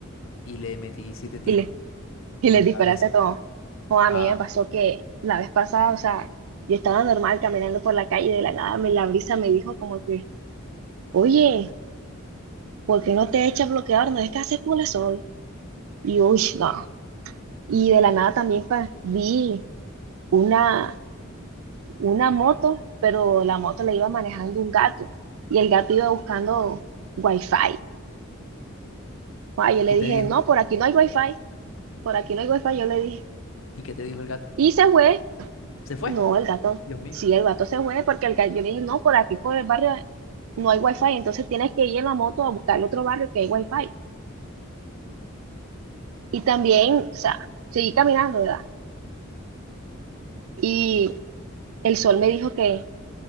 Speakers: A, on the left (about 70°); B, on the right (about 80°).
A: y le metí siete tiros
B: Y le, y
A: en
B: le
A: la
B: disparaste
A: cabeza.
B: todo. Oh, a
A: ah
B: mí me pasó que la vez pasada, o sea, yo estaba normal caminando por la calle y de la nada me, la brisa me dijo como que, oye, ¿por qué no te echas bloqueador? No es que hace puro sol. Y uy, no. Y de la nada también pa- vi una una moto, pero la moto la iba manejando un gato y el gato iba buscando wifi. Ah, yo
A: ¿Y
B: le
A: qué
B: dije,
A: te dijo?
B: no, por aquí no hay wifi, por aquí no hay wifi, yo le dije.
A: ¿Y qué te dijo el gato?
B: Y se fue,
A: Se fue.
B: no, el gato,
A: Dios mío.
B: sí, el gato se fue porque el gato, yo le dije, no, por aquí, por el barrio no hay wifi, entonces tienes que ir en la moto a buscar el otro barrio que hay wifi. Y también, o sea, seguí caminando, ¿verdad? Y el sol me dijo que,